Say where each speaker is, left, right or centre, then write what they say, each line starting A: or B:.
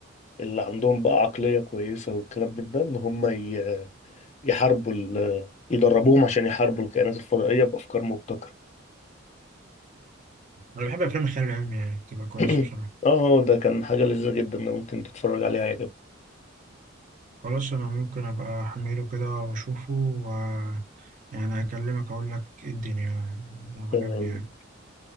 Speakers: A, on the left; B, on the right.
A: اللي عندهم بقى عقليه كويسه والكلام من ده ان هم ي- يحاربوا ال- يدربوهم عشان يحاربوا الكائنات الفضائيه بافكار مبتكره
B: أنا بحب أفلام الخيال العلمي يعني بتبقى كويسة
A: <clears throat>
B: بصراحة
A: اه آه، ده كان حاجه لذيذه جدا ده ممكن تتفرج عليها يا
B: خلاص أنا ممكن أبقى أحمله كده وأشوفه و يعني هكلمك أقول لك إيه الدنيا لو عجبني
A: جماعة
B: يعني